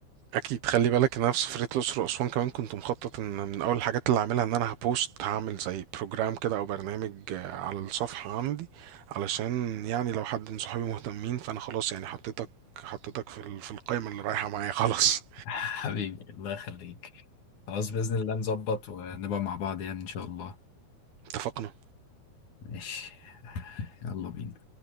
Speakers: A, on the right; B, on the left.
A: اكيد خلي بالك ان انا في سفرية الاقصر واسوان كمان كنت مخطط ان من اول الحاجات اللي هعملها ان انا هبوست هعمل زي بروجرام كده او برنامج آه، على الصفحة عندي علشان يعني لو حد من صحابي مهتمين فانا خلاص يعني حطيتك حطيتك في ال- في القائمة اللي رايحة معايا خلاص
B: <laughs> حبيبي الله يخليك خلاص بإذن الله نظبط ونبقى مع بعض يعني إن شاء الله
A: <laughs> اتفقنا
B: ماشي يلا بينا